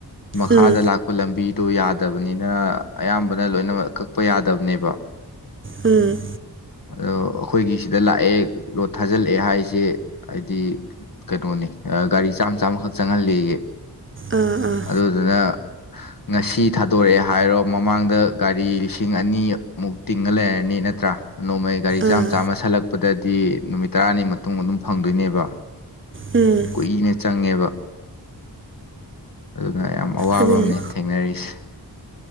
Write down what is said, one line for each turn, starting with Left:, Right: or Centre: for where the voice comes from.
Left: ꯃꯈꯥꯗ
Right: ꯎꯝ
Left: ꯂꯥꯛ ꯂꯝꯕꯤꯗꯣ ꯌꯥꯗꯕꯅꯤꯅ ꯑꯌꯥꯝꯕꯅ ꯂꯣꯏꯅꯃꯛ ꯀꯛꯄ ꯌꯥꯗꯕꯅꯦꯕ
Right: ꯎꯝ
Left: ꯑꯗꯣ ꯑꯩꯈꯣꯏꯒꯤ ꯁꯤꯗ ꯂꯥꯛꯑꯦ ꯂꯣꯠ ꯊꯥꯖꯤꯜꯂꯛꯑꯦ ꯍꯥꯏꯁꯦ ꯍꯥꯏꯗꯤ ꯀꯩꯅꯣꯅꯦ ꯒꯥꯔꯤ ꯆꯥꯝꯃ ꯆꯥꯝꯃꯈꯛ ꯆꯪꯍꯜꯂꯦꯌꯦ
Right: ꯑꯥ ꯑꯥ
Left: ꯑꯗꯨꯗꯨꯅ ꯉꯁꯤ ꯊꯥꯗꯣꯔꯛꯑꯦ ꯍꯥꯏꯔꯣ ꯃꯃꯥꯡꯗ ꯒꯥꯔꯤ ꯂꯤꯁꯤꯡ ꯑꯅꯤꯃꯨꯛ ꯇꯤꯡꯉ ꯂꯩꯔꯅꯤ ꯅꯠꯇ꯭ꯔꯥ ꯅꯣꯡꯃꯩ ꯒꯥꯔꯤ ꯆꯥꯝ
Right: ꯑꯥ
Left: ꯆꯥꯝꯃ ꯁꯜꯂꯛꯄꯗꯗꯤ ꯅꯨꯃꯤꯠ ꯇꯔꯥꯅꯤ ꯃꯇꯨꯡ ꯑꯗꯨꯝ ꯐꯪꯗꯣꯏꯅꯦꯕ
Right: ꯎꯝ
Left: ꯀꯨꯏꯅ ꯆꯪꯉꯦꯕ ꯑꯗꯨꯅ ꯌꯥꯝ ꯑꯋꯥꯕ
Right: ꯑꯗꯨꯅ
Left: ꯑꯃꯅꯦ ꯊꯦꯡꯅꯔꯤꯁꯦ